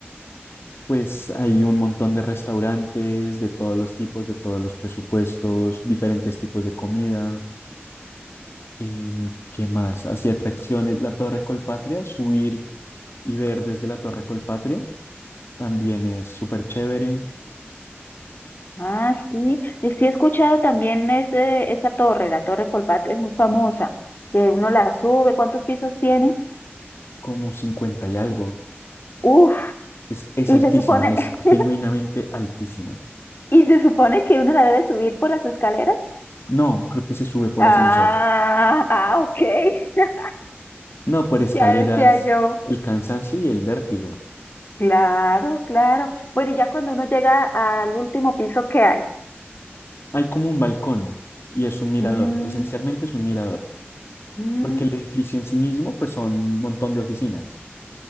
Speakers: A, on the left; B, on the left.
A: Pues hay un montón de restaurantes de todos los tipos, de todos los presupuestos, diferentes tipos de comida. em, ¿qué más? Hacia atracciones, la Torre Colpatria, subir y ver desde la Torre Colpatria también es súper chévere,
B: Ah, sí, y sí he escuchado también ese, esa torre, la Torre Colpatria es muy famosa, que uno la sube, ¿cuántos pisos tiene?
A: como 50 y algo.
B: Uf,
A: Es, es
B: y
A: altísima,
B: se supone,
A: es
B: <laughs>
A: genuinamente altísima.
B: y se supone que uno la debe subir por las escaleras.
A: No, creo que se sube por
B: Ah,
A: ascensor.
B: ah, ok, <laughs>
A: No, por escaleras,
B: ya decía yo.
A: el cansancio y el vértigo.
B: Claro, claro. Bueno, y ya cuando uno llega al último piso, ¿qué hay?
A: Hay como un balcón y es un mirador,
B: Mm,
A: esencialmente es un mirador,
B: mm,
A: porque el edificio en sí mismo pues son un montón de oficinas.